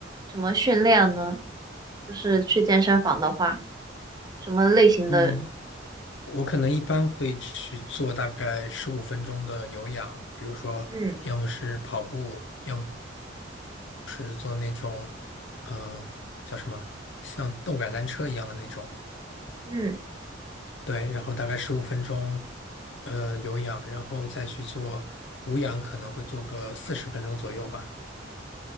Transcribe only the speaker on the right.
什么训练呢？就是去健身房的话，什么类型的？
嗯
嗯